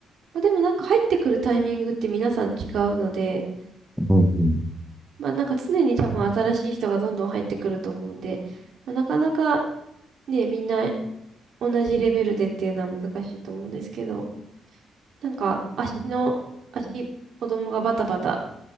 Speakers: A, on the right; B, in the centre.
A: まあ、でもなんか入ってくるタイミングって皆さん違うので、
B: うんうん、
A: まあなんか常に多分新しい人がどんどん入ってくると思うんで、まあ、なかなかね、みんな同じレベルでっていうのは難しいと思うんですけど、なんか足の、足、子供がバタバタ